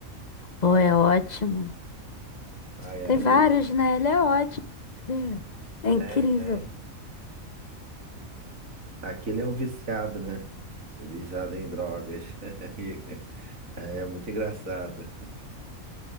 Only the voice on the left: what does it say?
Pô, é ótimo.
Tem
vários,
né? Ele é ótimo. Ele é
incrível.